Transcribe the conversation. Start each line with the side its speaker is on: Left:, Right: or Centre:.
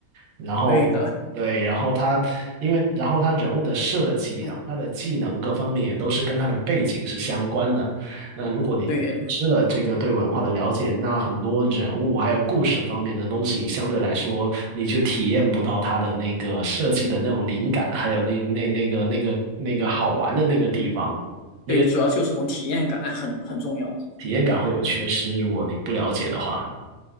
Right: 然后
Left: 对的，
Right: 对，然后他因为然后他人物的设计，
Left: 嗯，
Right: 然后他的技能各方面也都是跟他的背景是相关的。那如果你失了这个对文化的了解，
Left: 对
Right: 那很多人物还有故事方面的东西，相对来说你就体验不到它的那个设计的那种灵感，还有那那那个那个那个好玩的那个地方，那个
Left: 对，主要就是种体验感很很重要。
Right: 体验感会有缺失，如果你不了解的话。